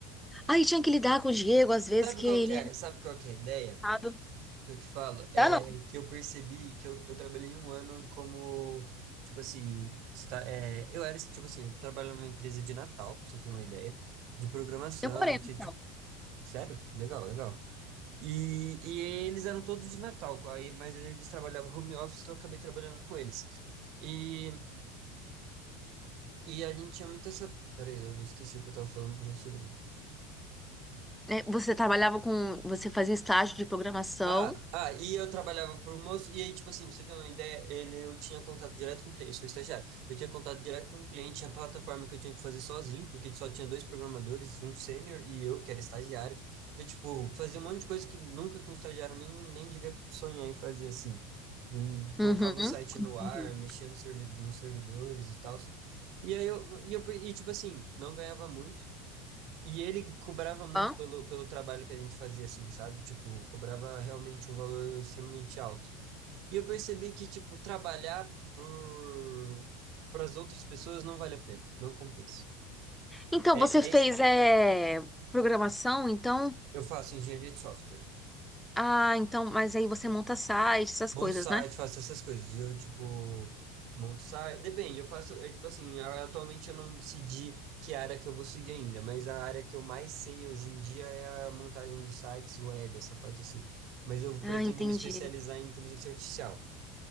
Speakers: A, in the centre; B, on the right.
A: aí tinha que lidar com o Diego, às vezes,
B: Sabe
A: que
B: qual
A: ele
B: que é?
A: era
B: Sabe qual que é a ideia?
A: errado.
B: que eu te falo é
A: Dá não,
B: que eu percebi que eu, eu trabalhei um ano como, tipo assim, está, é, eu era, tipo assim, eu trabalho numa empresa de Natal, pra você ter uma ideia, de programação,
A: demorei.
B: que, tipo, sério? Legal, legal. E, e eles eram todos de Natal, aí, mas eles trabalhavam home office, então eu acabei trabalhando com eles. E, e a gente tinha muito essa. Peraí, eu não esqueci o que eu tava falando por um segundo.
A: né? Você trabalhava com, você fazia estágio de programação.
B: Ah, ah, e eu trabalhava pro moço, e aí, tipo assim, pra você ter uma ideia, ele, eu tinha contato direto com o cliente, eu sou estagiário, eu tinha contato direto com o cliente, tinha plataforma que eu tinha que fazer sozinho, porque só tinha dois programadores, um sênior e eu, que era estagiário, então, tipo, fazia um monte de coisa que nunca que um estagiário nem, nem devia sonhar em fazer, assim, Hum, colocava
A: Uhum.
B: o site no
A: Entendi.
B: ar, mexia no servi- nos servidores e tal, e aí eu, e eu, e tipo assim, não ganhava muito, e ele cobrava muito
A: Hã?
B: pelo, pelo trabalho que a gente fazia, assim, sabe? Tipo, cobrava realmente um valor extremamente alto. E eu percebi que, tipo, trabalhar por, para as outras pessoas não vale a pena, não compensa.
A: Então,
B: É,
A: você fez
B: é,
A: é, programação, então...
B: eu faço engenharia de software.
A: Ah, então, mas aí você monta sites, essas
B: Monto
A: coisas,
B: site,
A: né?
B: faço essas coisas. Eu, tipo, monto site. Depende, eu faço. É, tipo assim, a- atualmente eu não decidi que área que eu vou seguir ainda, mas a área que eu mais sei hoje em dia é a montagem de sites web, essa parte assim. Mas eu
A: Ah,
B: pretendo
A: entendi.
B: me especializar em inteligência artificial.